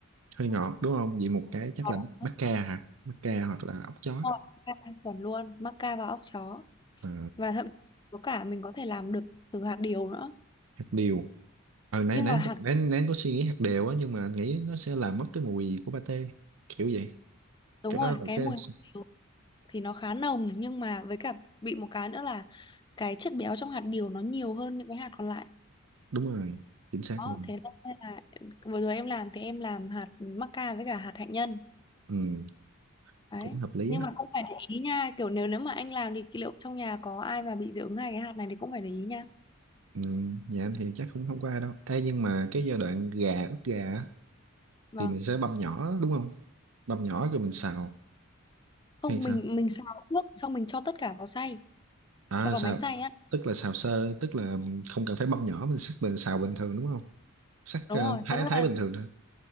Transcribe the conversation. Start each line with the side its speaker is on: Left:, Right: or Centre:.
Right: hơi ngọt đúng không vậy một cái chắc
Left: ngọt
Right: là
Left: hơi
Right: bắp ca
Left: ngọt
Right: hả bắp ca hoặc là ốc chó
Left: ngọt ca thanh chuẩn luôn mắc ca và óc chó
Right: Ờ,
Left: và thậm chí có cả mình có thể làm được từ hạt điều nữa
Right: hạt điều ờ nãy
Left: nhưng
Right: nãy
Left: mà
Right: anh
Left: hạt
Right: có- nãy nãy anh có suy nghĩ hạt điều á nhưng mà anh nghĩ nó sẽ làm mất cái mùi của pate kiểu vậy
Left: đúng
Right: cái
Left: rồi
Right: đó là
Left: cái
Right: cái
Left: mùi hạt điều thì nó khá nồng nhưng mà với cả bị một cái nữa là cái chất béo trong hạt điều nó nhiều hơn những cái hạt còn lại
Right: đúng rồi chính xác
Left: đó
Right: luôn
Left: thế nên là vừa rồi em làm thì em làm hạt mắc ca với cả hạt hạnh nhân
Right: ừ,
Left: Đấy.
Right: cũng hợp lý
Left: Nhưng
Right: á
Left: mà cũng phải để ý nha, kiểu nếu nếu mà anh làm thì liệu trong nhà có ai mà bị dị ứng hay cái hạt này thì cũng phải để ý nha.
Right: ừ, nhà anh thì chắc cũng không có ai đâu Ê, nhưng mà cái giai đoạn gà ướp gà á,
Left: Vâng.
Right: thì mình sẽ băm nhỏ đúng không băm nhỏ rồi mình xào
Left: Không
Right: hay sao
Left: mình mình xào trước xong mình cho tất cả vào xay,
Right: À
Left: cho vào
Right: sao?
Left: máy xay á.
Right: Tức là xào sơ, tức là không cần phải băm nhỏ mình sắc bình xào bình thường đúng không? Sắc
Left: Đúng
Right: ờ,
Left: rồi,
Right: thái
Left: thật ra
Right: thái
Left: là
Right: bình thường thôi.